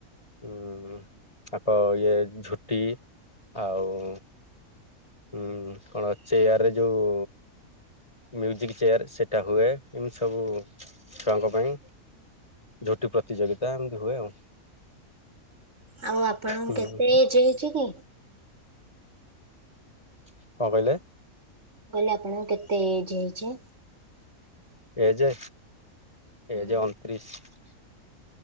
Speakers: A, on the left; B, on the right.
A: ଉଁ ତାଙ୍କ ଇଏ ଝୁଟି ଆଉ ହୁଁ କଣ ଚେୟାରରେ ଯୋଉଁ ମ୍ୟୁଜିକ୍ ଚେୟାର ସେଇଟା ହୁଏ ଏମିତି ସବୁ ଛୁଆଙ୍କ ପାଇଁ। ଝୋଟି ପ୍ରତିଯୋଗିତା ଏମିତି ହୁଏ ଆଉ।
B: ଆଉ ଆପଣଙ୍କୁ
A: ହୁଁ।
B: କେତେ ଏଜ୍ ହେଇଛି କି?
A: କଣ କହିଲେ?
B: କହିଲେ ଆପଣଙ୍କୁ କେତେ ଏଜ ହେଇଛି?
A: ଏ ଯେ
B: ହୁଁ
A: ଏ ଯେ ଅଣତିରିଶ।